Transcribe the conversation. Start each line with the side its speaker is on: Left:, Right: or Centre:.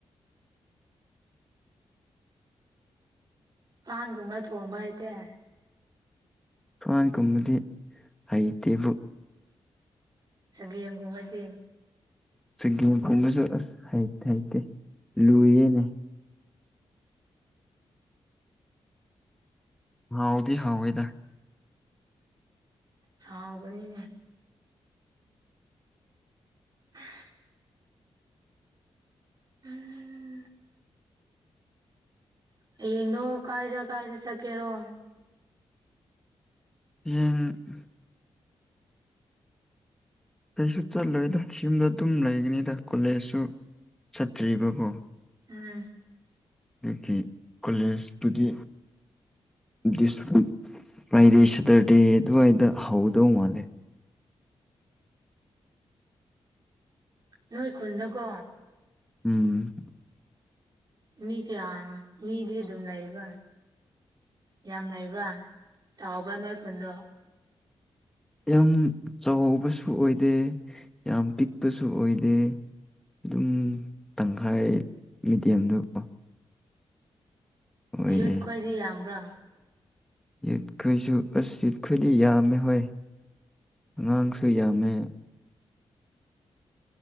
Right: ꯄꯥꯟꯒꯨꯝꯕ ꯊꯣꯡꯕ ꯍꯩꯕꯔꯥ
Centre: ꯄꯥꯟ ꯀꯨꯝꯕꯗꯤ ꯍꯩꯇꯦꯕꯨ
Right: ꯆꯥꯒꯦꯝꯒꯨꯝꯕꯗꯤ
Centre: ꯆꯥꯒꯦꯝ ꯈꯨꯝꯕꯁꯨ ꯑꯁ ꯍꯩ ꯍꯩꯇꯦ ꯂꯨꯌꯦꯅꯦ ꯍꯥꯎꯥꯗꯤ ꯍꯥꯎꯏꯗ
Right: ꯁꯥꯎꯕꯅꯤꯅꯦ <unintelligible> ꯎꯝ ꯍꯌꯦꯡꯗꯣ ꯀꯥꯏꯗ ꯀꯥꯏꯗ ꯆꯀꯦꯔꯣ
Centre: <unintelligible> ꯀꯩꯁꯨ ꯆꯠꯂꯣꯏꯗ ꯌꯨꯝꯗ ꯑꯗꯨꯝ ꯂꯩꯒꯅꯤꯗ ꯀꯣꯂꯦꯖꯁꯨ ꯆꯠꯇ꯭ꯔꯤꯕꯀꯣ
Right: ꯎꯝ
Centre: ꯑꯗꯨꯒꯤ ꯀꯣꯂꯦꯖꯇꯨꯗꯤ ꯗꯤꯁ ꯋꯤꯛ ꯐ꯭ꯔꯥꯏꯗꯦ ꯁꯦꯇꯔꯗꯦ ꯑꯗꯨꯋꯥꯏꯗ ꯍꯧꯗꯧ ꯃꯥꯜꯂꯦ
Right: ꯅꯣꯏ ꯈꯨꯟꯗꯀꯣ
Centre: ꯎꯝ
Right: ꯃꯤ ꯀꯌꯥ ꯃꯤꯗꯤ ꯑꯗꯨꯝ ꯂꯩꯕ꯭ꯔꯥ ꯌꯥꯝ ꯂꯩꯕ꯭ꯔꯥ ꯆꯥꯎꯕ꯭ꯔ ꯅꯣꯏ ꯈꯨꯟꯗꯨ
Centre: ꯌꯥꯝ ꯆꯥꯎꯕꯁꯨ ꯑꯣꯏꯗꯦ ꯌꯥꯝ ꯄꯤꯛꯄꯁꯨ ꯑꯣꯏꯗꯦ ꯑꯗꯨꯝ ꯇꯪꯈꯥꯏ ꯃꯤꯗꯤꯌꯝꯗꯀꯣ ꯑꯣꯏꯌꯦ
Right: ꯌꯨꯠ ꯈꯣꯏꯗꯤ ꯌꯥꯝ꯭ꯔꯥ
Centre: ꯌꯦꯠꯈꯣꯏꯁꯨ ꯑꯁ ꯌꯦꯠꯈꯣꯏꯗꯤ ꯌꯥꯝꯃꯦ ꯍꯣꯏ ꯑꯉꯥꯡꯁꯨ ꯌꯥꯝꯃꯦ